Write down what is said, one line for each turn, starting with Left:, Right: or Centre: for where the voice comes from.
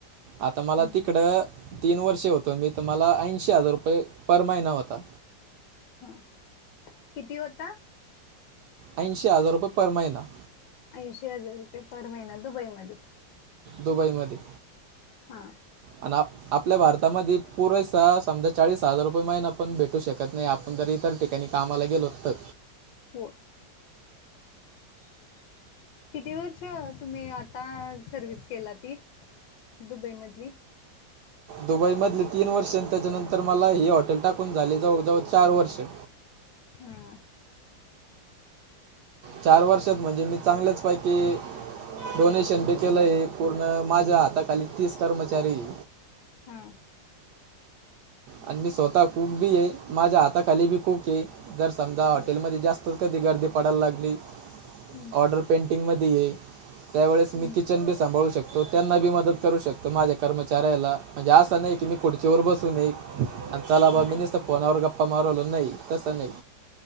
Right: आता मला
Left: हम्म
Right: तिकडं तीन वर्षे होतो मी तर मला ऐंशी हजार रुपये पर महिना होता
Left: हा, किती होत?
Right: ऐंशी हजार रुपये पर महिना.
Left: ऐंशी हजार रुपये पर महिना दुबईमध्ये.
Right: दुबईमध्ये.
Left: हां.
Right: अन आप आपल्या भारतामध्ये पुरेसा समजा चाळीस हजार रुपये महिना पण भेटू शकत नाही, आपण जरी इतरिक कधी कामाला गेलो तर!
Left: हो. किती वर्षं तुम्ही आता सर्व्हिस केला ती दुबईमधली
Right: दुबई मधले तीन वर्ष आणि त्याच्यानंतर मला हे हॉटेल टाकून झाली जवळजवळ चार वर्षे.
Left: हा.
Right: चार वर्षात म्हणजे मी चांगलेच पैकी. डोनेशन बी केलंय पूर्ण माझ्या हाताखाली तीस कर्मचारीये
Left: हां.
Right: आणि मी स्वतः कूक बी आहे, माझ्या हाताखाली बी कूक आहे, जर समजा
Left: हां
Right: हॉटेलमध्ये जास्त कधी गर्दी पडायला लागली
Left: हं
Right: ऑर्डर पेंटिंगमध्ये ये. त्यावेेळेस
Left: हं
Right: मी किचन बी सांभाळू शकतो, त्यांना बी मदत करू शकतो माझ्या कर्मचाऱ्याला. म्हणजे असं नाही की मी खुर्चीवर बसुनये आणि चला बाबा
Left: नाही
Right: मी नसत. फोनावर गप्पा मारू राहिलो नाही. तसं नाही.